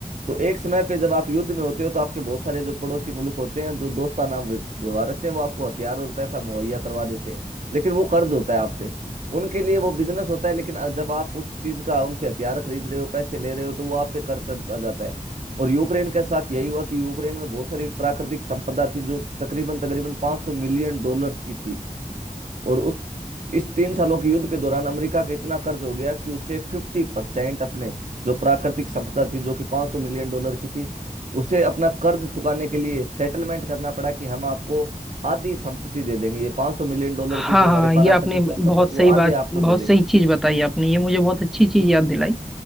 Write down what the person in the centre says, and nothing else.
हाँ
हाँ
ये
आपने
बहुत
सही बात
बहुत
सही चीज बताई आपने ये मुझे बहुत अच्छी चीज याद दिलाई